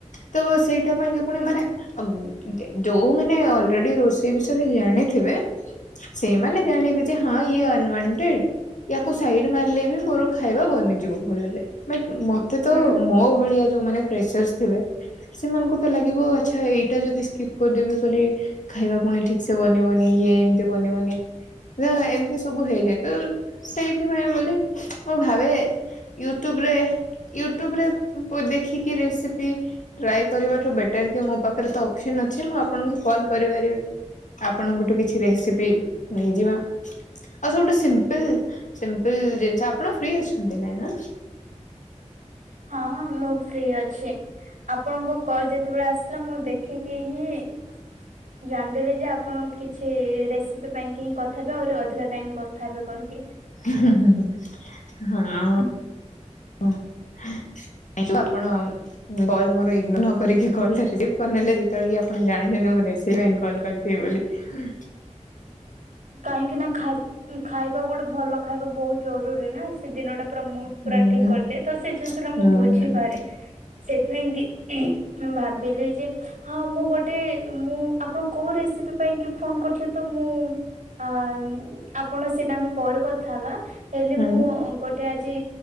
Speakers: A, on the left; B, on the right.
A: ତ ସେଇଟା ପାଇଁକ ପୁଣି
B: ହୁଁ
A: ମାନେ <unintelligible> ଯୋଉ ମାନେ ଅ <unintelligible> ରୋଷେଇ ବିଷୟରେ ଜାଣିଥିବେ, ସେଇମାନେ ଜାଣି ହଁ ଇଏୱଣ୍ଟେଡ, ୟାକୁ ସାଇଡ ମାରିଲେ ବି ମୋର ଖାଇବା ବନିଯିବ ଭଲରେ। <unintelligible> ମତେ ତ
B: ହୁଁ
A: ମୋ ଭଳିଆ ଯୋଉମାନେ ପ୍ରେସର ଥବେ, ସେମାନଙ୍କୁ ତ ଲାଗିବ ଆଚ୍ଛା ଏଇଟା ଯଦି ସ୍କିପ୍ କରିଦେବି ବୋଲି ଖାଇବା ପୁଣି ଠିକ ସେ ବନିବନି ଇଏ ଏମିତି ବନିବନି। ନା ଏମିତି ସବୁ ହେଇଯାଏ ତ, ସେଇଥିପାଇଁ ବୋଲି। ମୁଁ ଭାବେ ୟୁଟ୍ୟୁବ ରେ ୟୁଟ୍ୟୁବ ରେ <unintelligible> ଦେଖିକି ରେସିପି ଟ୍ରାଏ କରିବାଠୁ ବେଟର କି ମୋ ପାଖରେ ତ ଅପସନ ଅଛି ମୁଁ ଆପଣଙ୍କୁ କଲ କରିପାରିବି। ଆପଣଙ୍କଠୁ କିଛି ରେସିପି ନେଇଯିବା। ଆଉ ସବୁଟୁ ସିମ୍ପଲି, ସିମ୍ପଲ ଜିନିଷ ଆପଣ ଫ୍ରି ଅଛନ୍ତି ନାଇଁ ନା।
B: ହଁ ମୁଁ ଫ୍ରି ଅଛି। ଆପଣଙ୍କ କଲ ଯେତେବେଳେ ଆସ ଥିଲା, ମୁଁ ଦେଖିକି ହିଁ ଜାଣିଦେବେ ଯେ ଆପଣ କିଛି ରେସିପି ପାଇଁକି ହିଁ କଥା ହେବେ, ଆହୁରି ଅଧିକା ଟାଇମ କଥା ହେବେ କହିବେ।
A: <unintelligible>
B: ହୁଁ
A: <inaudible> ଆପଣ କଲ୍ ମୋର ଇଗ୍ନୋର ନକରିକି କଲ <unintelligible> କରିନେଲେ ଯେତେବେଳେ କି ଆପଣ ଜାଣିଛନ୍ତି ମୁଁ ରେ କଲ୍ କରିଥିବି ବୋଲି। <unintelligible>
B: କାହିଁକି ନା <unintelligible> ଖାଇବା ଗୋଟେ ଭଲ ଖାଇବା ବହୁତ ଜରୁରୀ ନା। ସେ ଦିନଟା ପୁରା ମୁଡ୍ ପୁରା
A: ହୁଁ
B: ଠିକ କରିଦିଏ ତ ସେ ଜିନିଷ ଟା
A: ହୁଁ
B: ମୁଁ ବୁଝିପାରେ। ସେଥିପାଇଁ କି <unintelligible> ମୁଁ ଭାବିଲି ଯେ ହଁ ମୁଁ ଗୋଟେ ମୁଁ, ଆପଣ କୋଉ ରେସିପି ପାଇଁ କି ଫୋନ କରିଥିଲଥିଲେ ତ ମୁଁ ଅ ଆପଣ ସେଇଟା ଆମେ ପରେ କଥା ହେବା, ହେଲେ ମୁଁ
A: ହୁଁ
B: ଗୋ ଗଟେ ଆଜି